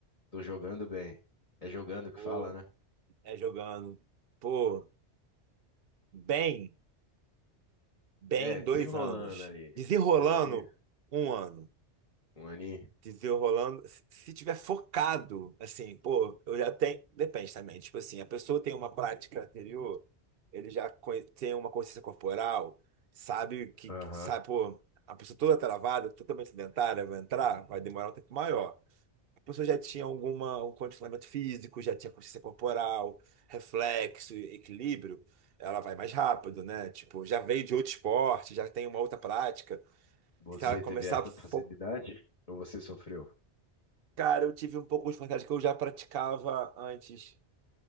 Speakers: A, on the left; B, on the right.
A: Tô jogando bem. É jogando que
B: Pô,
A: fala, né?
B: é jogando. Pô, bem, bem
A: É, desenrolando
B: dois anos.
A: ali.
B: Desenrolando
A: Dois aninhos?
B: um ano.
A: Um aninho?
B: Dizer rolando, se tiver focado, assim, pô, eu já tenho. Depende também. Tipo assim, a pessoa tem uma prática anterior, ele já conhe- tem uma consciência corporal, sabe o que,
A: Aham.
B: que- sabe, pô, a pessoa toda travada, totalmente sedentária, vai entrar, vai demorar um tempo maior. A pessoa já tinha alguma, um condicionamento físico, já tinha consciência corporal, reflexo, equilíbrio, ela vai mais rápido, né? Tipo, já veio de outro esporte, já tem uma outra prática.
A: Você
B: Se ela começar
A: teve essa
B: a fo-
A: facilidade? Ou você sofreu?
B: Cara, eu tive um pouco de vontade que eu já praticava antes.